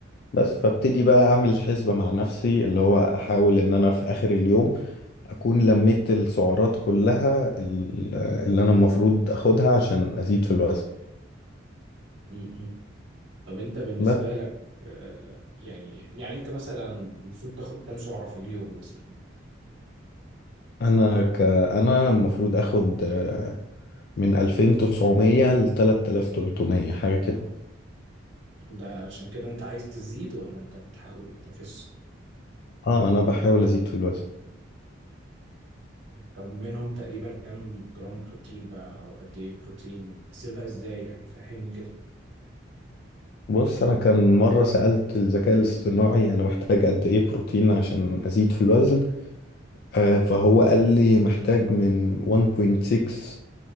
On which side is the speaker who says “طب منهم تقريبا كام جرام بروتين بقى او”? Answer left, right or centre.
Right